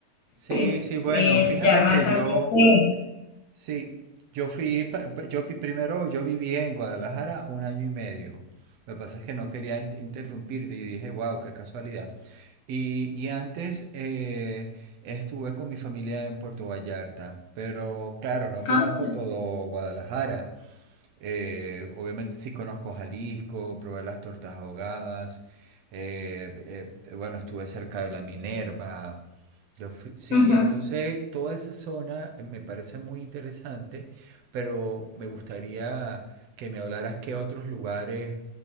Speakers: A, on the right; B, on the left.
A: Sí,
B: que es,
A: sí, bueno,
B: que es
A: fíjate
B: ya más
A: que yo,
B: ambiente.
A: Sí, yo fui, pa- pa- yo vi- primero yo viví en Guadalajara un año y medio. Lo que pasa es que no quería in- interrumpirte y dije, wow, qué casualidad. Y, y antes eh, estuve con mi familia en Puerto Vallarta, pero claro, no conozco
B: Ah,
A: todo Guadalajara. Eh, obviamente sí conozco Jalisco, probé las tortas ahogadas. eh, eh, bueno, estuve cerca de la Minerva. Yo fui- sí,
B: uh -huh.
A: entonces toda esa zona me parece muy interesante, pero me gustaría que me hablaras qué otros lugares